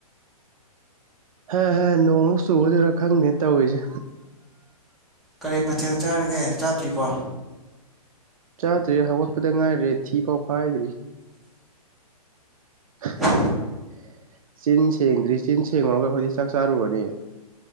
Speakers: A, on the right; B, in the centre.
A: ꯍꯥ ꯍꯥ ꯅꯣꯡꯃꯨꯛ ꯆꯨꯒꯗꯣꯏꯔꯥ ꯈꯪꯗꯦ ꯇꯧꯔꯤꯖꯦ
B: ꯀꯔꯤ ꯃꯊꯦꯜ ꯆꯥꯔꯒꯦ ꯆꯥꯗ꯭ꯔꯤꯕꯣ
A: ꯆꯥꯗ꯭ꯔꯤ ꯍꯧꯒꯠꯄꯗ ꯉꯥꯏꯔꯤ ꯊꯤ ꯄꯥꯎ ꯄꯥꯏꯗ꯭ꯔꯤ <unintelligible>
B: ꯑꯃ
A: ꯆꯤꯟ ꯁꯦꯡꯗ꯭ꯔꯤ ꯆꯤꯟ ꯁꯦꯡꯉꯨꯔꯒ ꯑꯩꯈꯣꯏꯗꯤ ꯆꯥꯛ ꯆꯥꯔꯨꯨꯔꯅꯤ